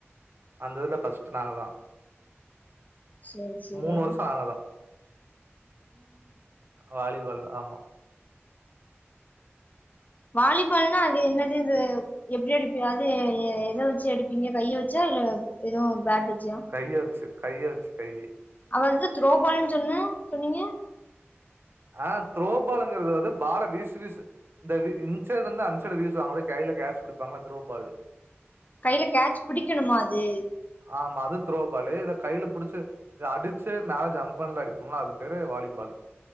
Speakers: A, on the right; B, on the left.
A: அந்த இதுல ஃபர்ஸ்ட் நாங்க தா
B: சேரி சேரி
A: மூணு வருஷோ நாங்க தா வாலிபால் ஆமா
B: வாலிபால்னா அது என்னது இந்த எப்படி அடிப்ப அது எத வச்சு அடிப்பீங்க கைய வச்சா இல்ல எதுவும் பேட் வச்சா
A: கைய வச்சு கைய வச்சு கை
B: அவ வந்து த்ரோபால்ன்னு சொன்ன சொன்னீங்க
A: ஆ த்ரோபாலுங்கிறது வந்து பால வீசு வீசு இந்த இந்சைடுலருந்து அந்சைடு வீசுவாங்கள கையில கேட்ச் பிடிப்பாங்களா த்ரோபால்
B: கையில கேச் புடிக்கணுமா அது
A: ஆமா அது துரோபாளு இத கையில புடிச்சு இது அடிச்சே மேல ஜம்ப் பண்ணல அடிப்போம்லா அது பேரு வாலிபால்